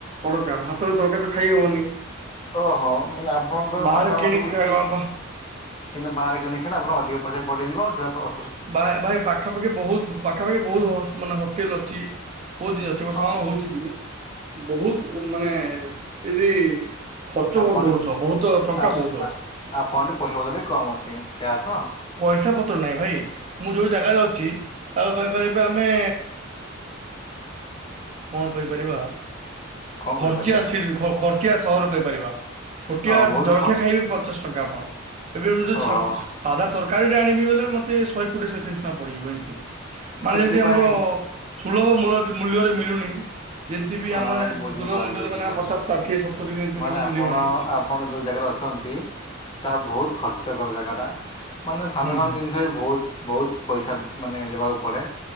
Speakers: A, on the right; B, on the left.
A: ତଡକା ଭାତରେ ତଡକା ତ ଖାଇ ହବନି।
B: ଓହୋ ମାନେ ଆପଣଙ୍କର
A: ବାହାରେ
B: ପାଖାପାଖି
A: କିଣିକି
B: କିଛି
A: ଖାଇବା
B: କିନ୍ତୁ ବାହାରେ କିଣି ଖାଇଲେ ଆପଣ ଅଧିକ ପଇସା ପଡିଇଯିବ। ଦେହ ଫେହ
A: ବାହା ଭାଇ ପାଖାପାଖି ବହୁତ ପାଖା ପାଖି ବହୁତ ହ ମାନେ ହୋଟେଲ ଅଛି ବହୁତ ଜି ଅଛି ବଟ
B: ହଁ
A: କଣ ହଉଛି କି? ବହୁତ ମାନେ ଏଠି ଖର୍ଚ୍ଚ
B: ଆପଣ
A: କରିଦଉଚ ବହୁତ ଟଙ୍କା
B: ଆପ
A: ବହୁତ।
B: ଆପଣ ଢ଼େ ପଇସା ପତ୍ର ଟିକେ କମ୍ ଅଛି ସେଇଆ ତ।
A: ପଇସା ପତ୍ର ନାହିଁ ଭାଇ ମୁଁ ଯୋଉ ଜାଗାରେ ଅଛି ତାକୁ କହିପାରିବେ ଆମେ କଣ କହିପାରିବା?
B: କଣ କହିପାରିବା।
A: ଖର୍ଚଆ ସିଲ ଖ ଖର୍ଚଆ ସହର କହିପାରିବା। ଛୋଟିଆ
B: ହଁ ବହୁତ
A: ଜଳଖିଆ
B: ଖ
A: ଖାଇବେ ପଚାଶ ଟଙ୍କା ଆପଣ ଏବେବେ। <unintelligible>
B: ଓହୋ
A: ତରକାରୀ ଟା ଆଣିବି ବଲେ ମତେ ଶହେ କୋଡିଏ ଶହେତିରିଶ ଟଙ୍କା ପଡିଯିବ ଏମତି। ମାନେ
B: ସେଥିପାଇଁ
A: ଯେମିତି ଆମର ସୁଲଭ ମୂଲ ମୂଲ୍ୟରେ ମିଳୁନି। ଯେମିତି ବି
B: ହଁ
A: ଆମେ
B: ବୁଝିପାରିଲି
A: ସୁଲଭ ମୂଲ୍ୟରେ
B: ବୁଝିପାରିଲି।
A: ମାନେ ଆଉ ପଚାଶ, ଷାଠିଏ, ସତୁରି ବି
B: ମାନେ
A: <unintelligible>
B: ଆପଣ
A: ମିଳିବନି।
B: ଆପଣ ଯୋଉ ଜାଗାରେ ଅଛନ୍ତି ତାହା ବହୁତ ଖର୍ଚ୍ଚ କର ଜାଗାଟା। ମାନେ ସାନ
A: ହୁଁ।
B: ସାନ ଜିନିଷ ବି ବହୁତ ବହୁତ ପଇସା ମାନେ ଦେବାକୁ ପଡ଼େ।